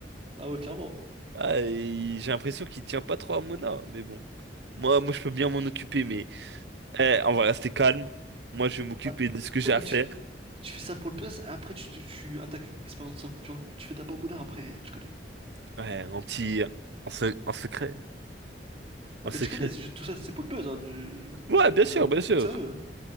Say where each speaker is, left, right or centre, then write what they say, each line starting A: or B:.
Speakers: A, on the right (about 35°); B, on the right (about 75°).
A: Ah ouais, clairement.
B: Ah, et j'ai l'impression qu'il tient pas trop à Mona, mais bon. Moi, moi, je peux bien m'en occuper, mais. Eh, on va rester calme. Moi, je vais m'occuper
A: Ah,
B: de ce que j'ai
A: ouais, mais
B: à faire.
A: tu fais, tu fais ça pour le buzz, et après, tu, tu, tu attaques Esperanza, tu vois. Tu fais d'abord Mouna, après, tu connais.
B: Ouais, en petit... En, se- en secret.
A: Ah,
B: En
A: mais
B: secret.
A: tu connais, c'est juste- tout ça, c'est pour le buzz, hein, du...
B: Ouais, bien
A: rien
B: sûr,
A: de
B: bien sûr.
A: sérieux, hein.